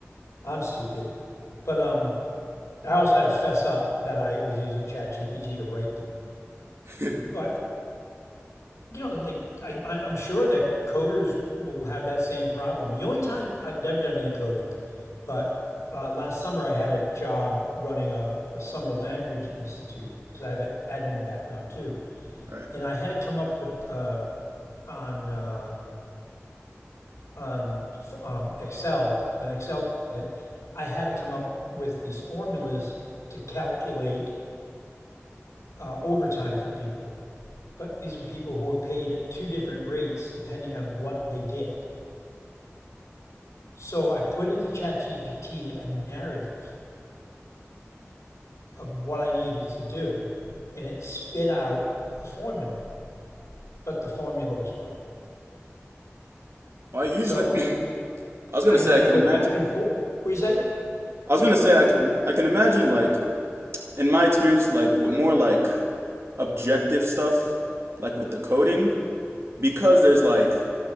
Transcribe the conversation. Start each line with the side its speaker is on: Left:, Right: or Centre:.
Left: I'm stupid. But um I also had to fess up that I was using ChatGPT to write them.
Right: <laughs>
Left: But you know, they, I, I, am sure that coders will have that same problem. The only time I've never done any coding, but uh, last summer I had a job running a, a summer language institute because I have an admin background too,
Right: All right.
Left: and I had to come up with uh, on uh, on um, Excel on Excel. I had to come up with these formulas to calculate uh, overtime for people But these were people who were paid at two different rates depending on what they did. So I put into ChatGPT a narrative of what I needed to do, and it spit out a formula, but the formula was wrong.
Right: Well, I usually
Left: So
Right: <clears throat> I was gonna
Left: I
Right: say
Left: got
Right: I
Left: to
Right: can
Left: go
Right: imagine.
Left: back and forth. What do you say?
Right: I was gonna say I can I can imagine like in my experience, like with more like objective stuff, like with the coding, because there's like